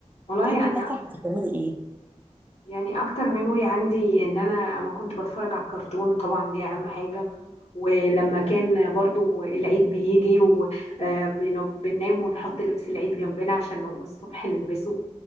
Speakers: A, on the left; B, on the right.
A: والله
B: تحبي
A: انا
B: مثلا كنت بتعملي ايه
A: يعني اكتر ميموري عندي ان انا اما كنت بتفرج على الكرتون طبعا دي اهم حاجه ولما كان برضو العيد بيجي وبننام ونحط لبس العيد جنبنا عشان نقوم الصبح نلبسه